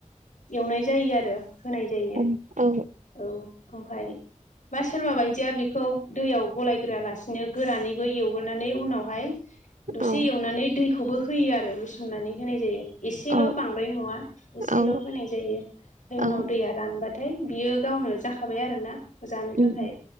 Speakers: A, on the left; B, on the right.
A: एवनाय जायो आरो। होनाय जायो
B: उम औ
A: औ ओमफाय बा सोरबा बायदिया बेखौ दैयाव गलायग्रोआ लासिनो गोरानैबो एवग्रोनानै उनाव हाय दसे
B: औ
A: एवनानै दैखौबो होयो आरो रुसुननानै होनाय जायो एसेल'
B: औ
A: बांद्राय नङा ए सेल'
B: औ
A: होनाय जायो ओमफ्राय उनाव
B: औ
A: मोनबाथाय बियो गावनो जाखाबाय आरोना। जानो
B: उम
A: थाखाय